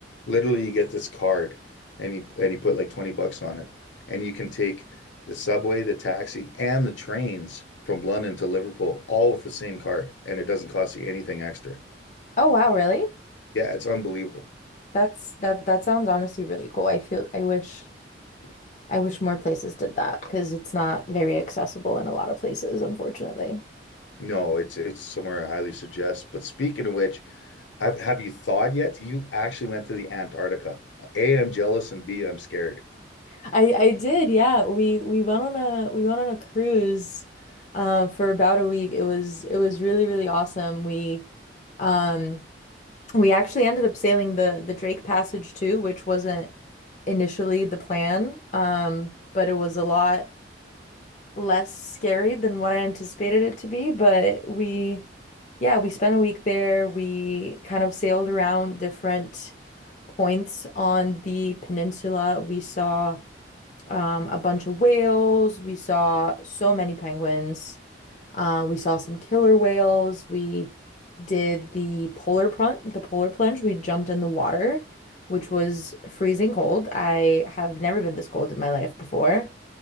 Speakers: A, on the left; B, on the left.
A: Literally, you get this card and you and you put like 20 bucks on it, and you can take the subway, the taxi, and the trains from London to Liverpool all with the same card, and it doesn't cost you anything extra.
B: Oh wow, really?
A: Yeah, it's unbelievable.
B: That's that that sounds honestly really cool. I feel I wish I wish more places did that because it's not very accessible in a lot of places, unfortunately.
A: No, it's it's somewhere I highly suggest. But speaking of which, I've, have you thawed yet? You actually went to the Antarctica. A, I'm jealous, and B, I'm scared.
B: I I did, yeah. We we went on a we went on a cruise uh, for about a week. It was it was really, really awesome. We um we actually ended up sailing the the Drake Passage too, which wasn't initially the plan. Um, but it was a lot less scary than what I anticipated it to be. But we yeah, we spent a week there. We kind of sailed around different points on the peninsula. We saw um, a bunch of whales. We saw so many penguins. Uh, we saw some killer whales. We did the polar plunge, the polar plunge. We jumped in the water, which was freezing cold. I have never been this cold in my life before.